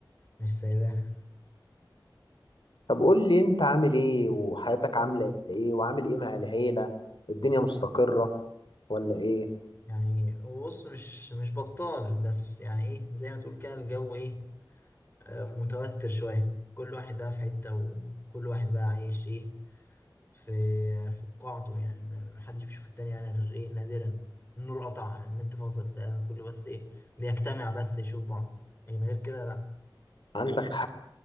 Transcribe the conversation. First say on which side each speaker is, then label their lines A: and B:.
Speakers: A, on the left (about 25°); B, on the left (about 80°).
A: مش سايباه
B: طب قول لي أنت عامل إيه وحياتك عاملة إيه وعامل إيه مع العيلة الدنيا مستقرة ولا إيه
A: يعني بص مش مش بطال بس يعني ايه زي ما تقول كده الجو ايه آه، متوتر شويه كل واحد بقى في حته وكل واحد بقى عايش ايه في في قاعته يعني ما ما حدش بيشوف التاني يعني غير ايه نادرا النور قطع النت فاصل بتاع كله بس ايه بيجتمع بس يشوف بعض لكن غير كده لا
B: عندك حق